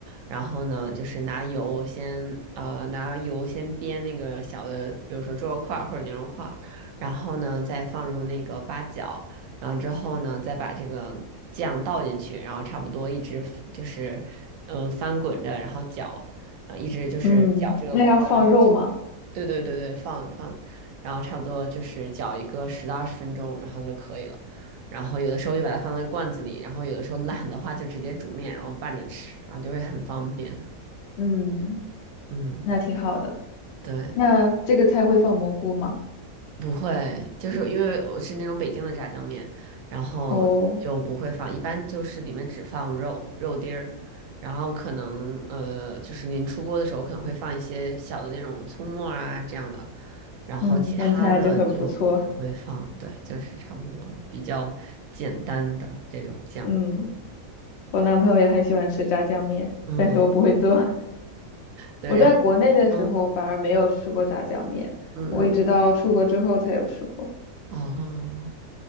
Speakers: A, on the right; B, on the left.
A: 然后呢，就是拿油先呃拿油先煸那个小的，比如说猪肉块儿或者牛肉块。然后呢再放入那个八角，然后之后呢再把这个酱倒进去，然后差不多一直 f- 就是嗯、呃翻滚着，然后搅，呃一直就是搅这个锅，
B: 嗯，那要放肉吗？
A: 然后他们炒，对对对对，放放，然后差不多就是搅一个十到二十分钟，然后就可以了。然后有的时候就把它放在罐子里，然后有的时候懒的话就直接煮面，然后拌着吃，然后就会很方便。
B: 嗯，
A: 嗯，
B: 那挺好的。
A: 对。
B: 那这个菜会放蘑菇吗？
A: 不会，就是因为我是那种北京的炸酱面，然后就不会放，
B: 哦，
A: 一般就是里面只放肉、肉丁儿，然后可能呃，就是您出锅的时候可能会放一些小的那种葱末儿啊这样的，然后其他的就不会放，
B: 嗯，闻起来就很不错。
A: 对，就是差不多比较简单的这种酱，
B: 嗯。我男朋友也很喜欢吃炸酱面，
A: 嗯，
B: 但是我不会做。<laughs>
A: 对，
B: 我在国内的时候反而没有吃过炸酱面，
A: 然后嗯嗯嗯，
B: 我一直到出国之后才有吃过。
A: 哦。